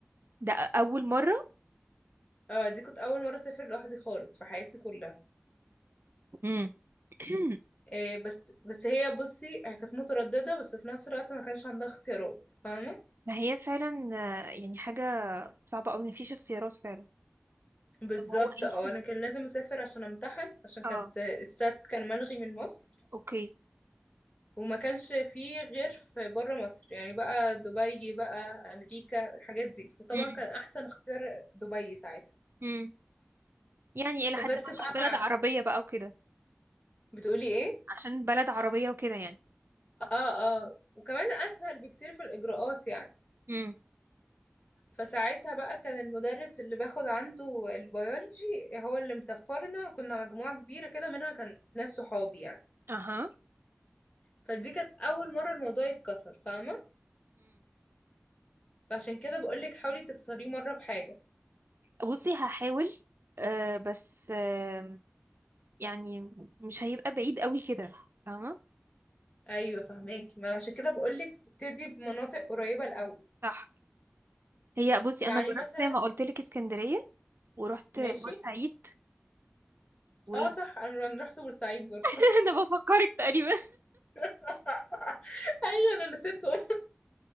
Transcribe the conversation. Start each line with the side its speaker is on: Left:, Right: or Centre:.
Right: ده اول مره
Left: اه دي كنت اول مرة اسافر لوحدي خالص في حياتي كلها
Right: مم. <clears throat>
Left: إيه بس بس هي بصي هي كانت مترددة بس في نفس الوقت ما كانش عندها اختيارات فاهمة
Right: ما هي فعلا آه، يعني حاجه صعبه قوي مفيش اختيارات فعلا
Left: بالظبط
Right: طب هو انت
Left: اه
Right: <laughs>
Left: انا كان لازم اسافر عشان امتحن عشان
Right: اه
Left: كانت السات كان ملغي من مصر
Right: اوكي
Left: وما كانش فيه غير في بره مصر يعني بقى دبي بقى امريكا الحاجات دي فطبعا
Right: مم.
Left: كان احسن اختيار دبي ساعتها
Right: مم. يعني
Left: سافرت
Right: الى حد ما عشان
Left: بقى
Right: بلد
Left: مع
Right: عربيه بقى وكده
Left: بتقولي ايه
Right: عشان بلد عربيه وكده يعني
Left: اه اه وكمان اسهل بكتير في الاجراءات يعني
Right: مم.
Left: فساعتها بقى كان المدرس اللي باخد عنده البيولوجي هو اللي مسفرنا كنا مجموعة كبيرة كده منها كان ناس صحابي يعني
Right: اها
Left: فدي كانت اول مرة الموضوع يتكسر فاهمة فعشان كده بقولك حاولي تكسريه مرة بحاجة
Right: بصي هحاول آه بس آه يعني مش هيبقى بعيد قوي كده فاهمة
Left: ايوه فهماكي ما أنا عشان كده بقول لك ابتدي بمناطق قريبه الاول
Right: صح هي بصي
Left: يعني
Right: انا جربت
Left: مثلا
Right: زي ما قلت لك اسكندرية ورحت بورسعيد
Left: ماشي
Right: و
Left: اه
Right: <laughs>
Left: صح انا أنا رحت بورسعيد برضه
Right: انا بفكرك تقريبا
Left: <laughs> ايوه انا نسيتهم